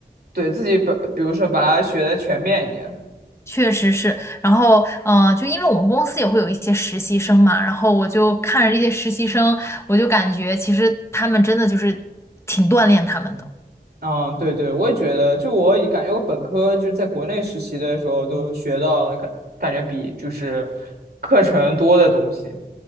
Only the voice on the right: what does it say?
对自己本，比如说把它学的全面一点。
嗯，对对，我也觉得，就我也感觉我本科就是在国内实习的时候都学到感感觉比就是课程多的东西。